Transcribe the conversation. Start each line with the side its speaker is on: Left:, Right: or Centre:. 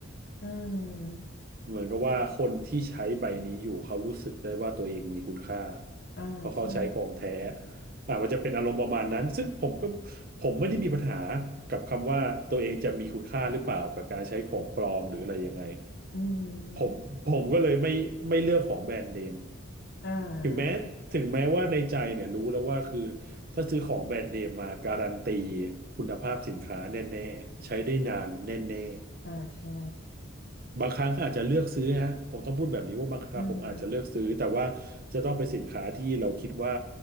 Left: อืม
Right: เหมือนกับว่าคนที่ใช้ใบนี้อยู่เขารู้สึกได้ว่าตัวเองมีคุณค่า
Left: อ่าใช่
Right: เพราะเขาใช้ของแท้อ่ามันจะเป็นอารมณ์ประมาณนั้นซึ่งผมก็ผมไม่ได้มีปัญหากับคำว่าตัวเองจะมีคุณค่าหรือเปล่ากับการใช้ของปลอมหรืออะไรยังไง
Left: อืม
Right: ผมผมก็เลยไม่ไม่เลือกของแบรนด์เนม
Left: อ่า
Right: ถึงแม้ถึงแม้ว่าในใจเนี่ยรู้แล้วว่าคือถ้าซื้อของแบรนด์เนมมาการันตีคุณภาพสินค้าแน่ๆใช้ได้นานแน่
Left: อ่าใช่
Right: บางครั้งก็อาจจะเลือกซื้อนะฮะผมต้องพูดแบบนี้ว่าบางครั้งผมอาจจะเลือกซื้อแต่ว่า
Left: อืม
Right: จะต้องเป็นสินค้าที่เราคิดว่า